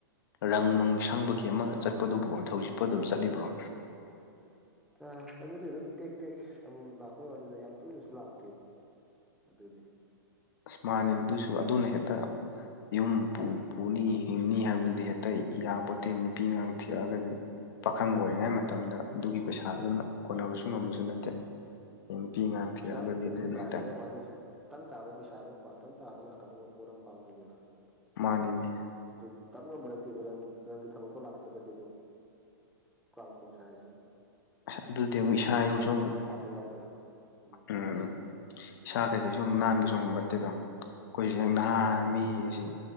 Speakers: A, on the left; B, in the centre.
A: ꯔꯪ ꯅꯨꯡ ꯁꯪꯕꯒꯤ ꯑꯃ ꯆꯠꯄꯗꯨꯕꯨ ꯍꯧꯖꯤꯛꯐꯥꯎ ꯑꯗꯨꯝ ꯆꯠꯂꯤꯕ꯭ꯔꯣ
B: ꯑꯥ ꯑꯗꯨꯗꯤ ꯑꯗꯨꯝ ꯇꯦꯛ ꯇꯦꯛ ꯑꯃꯨ ꯃꯨꯛ ꯂꯥꯛꯄꯩ ꯋꯥꯅꯤꯗ ꯌꯥꯝ ꯇꯣꯏꯅꯁꯨ ꯂꯥꯛꯇꯦ ꯑꯗꯨꯗꯤ
A: ꯑꯁ ꯃꯥꯅꯤ ꯑꯗꯨꯁꯨ ꯑꯗꯨꯅ ꯍꯦꯛꯇ ꯌꯨꯝ ꯄꯨ ꯄꯨꯅꯤ ꯍꯤꯡꯅꯤ ꯍꯥꯏꯕꯗꯨꯗꯤ ꯍꯦꯛꯇ ꯌꯥꯕꯣꯠꯇꯦ ꯅꯨꯄꯤꯉꯥꯡ ꯊꯤꯔꯛꯑꯒꯗꯤ ꯄꯥꯈꯪ ꯑꯣꯏꯔꯤꯉꯩ
B: ꯃꯥꯅꯤ
A: ꯃꯇꯝꯗ
B: ꯃꯥꯅꯤ
A: ꯑꯗꯨꯒꯤ ꯄꯩꯁꯥ ꯑꯗꯨꯅ ꯀꯣꯟꯅꯕꯁꯨ ꯉꯝꯕꯁꯨ ꯅꯠꯇꯦ ꯅꯨꯄꯤ
B: ꯃꯥꯅꯤ
A: ꯑꯉꯥꯡ ꯊꯤꯔꯛꯑꯒꯗꯤ
B: ꯄꯩꯁꯥꯕꯨ ꯇꯦꯛ
A: ꯑꯗꯨꯅ
B: ꯇꯦꯛ ꯂꯥꯛꯑꯦ
A: ꯍꯦꯛꯇ
B: ꯍꯥꯏꯖꯕꯩ ꯋꯥꯅꯤ ꯁꯨꯝ ꯇꯪ ꯇꯥꯕ ꯄꯩꯁꯥ ꯑꯃ ꯇꯪ ꯇꯥꯕ ꯂꯥꯛꯀꯗꯕ ꯄꯣꯠ ꯑꯃ ꯄꯥꯝꯃꯛꯏꯗꯅ
A: ꯃꯥꯅꯤꯅ‌ꯦ
B: ꯑꯗꯨ ꯇꯝ ꯉꯝꯕ ꯅꯠꯇꯦꯕ ꯔꯪ ꯔꯪꯒꯤ ꯊꯕꯛꯛꯇꯣ ꯂꯥꯛꯇ꯭ꯔꯒꯗꯤ ꯑꯗꯨꯝ ꯀꯥꯡ ꯈ‌ꯣꯡ ꯆꯥꯏꯁ‌ꯦ
A: ꯑꯁ ꯑꯗꯨꯗꯤ ꯑꯃꯨꯛ ꯏꯁꯥ ꯏꯔꯨꯁꯨ ꯑꯃꯨꯛ
B: ꯑꯃ ꯄꯥꯝꯕꯩ ꯋꯥꯅꯤꯗ ꯎꯝ
A: ꯎꯝ ꯎꯝ ꯏꯁꯥ ꯀꯩꯗꯩꯁꯨꯛ ꯅꯥꯟꯕꯁꯨ ꯉꯝꯕ ꯅꯠꯇꯦꯗꯣ ꯑꯩꯈꯣꯏꯁꯦ ꯍꯦꯛ ꯅꯍꯥ
B: ꯉꯝꯗꯤ ꯉꯝꯗꯤ
A: ꯃꯤꯁꯦ